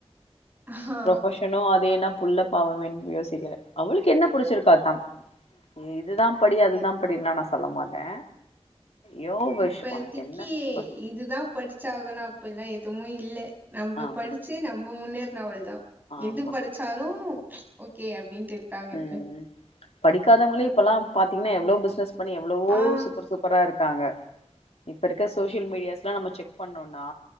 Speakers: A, on the right; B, on the left.
A: ஆ
B: ப்ரொபோசனும் அது என்னப் புல்ல பாவமேனு யோசிக்கிறே அவளுக்கு என்ன புடிச்சிருக்கோ அதான் இதுதா படி அது ல்லா அப்டின்லா நா சொல்ல மாட்டே யோர் விஷ்
A: இப்பதிக்கி
B: உனக்கு என்ன ப-
A: இதுதா படிச்சு ஆகணு அப்பில்லா எ எதுவும் இல்ல நம்ப
B: ஆமா
A: படிச்சு நம்ம முன்னேர் எல்லா அவள்தா
B: ஆமா
A: எது படிச்சாலும் ஓகே அப்டின்ட்டு இருக்காங்க
B: ம்
A: இப்ப
B: ம் படிக்காதவங்களே இப்பல்லா பாத்தீங்கன எவ்ளோ பிஸ்னஸ் பண்ணி எவ்ளவோ
A: ஆ
B: சூப்பர் சூப்பரா இருக்காங்க இப்ப இருக்க சோசியல் மீடியாஸ்லாம் நம்ம செக் பண்ணோம்னா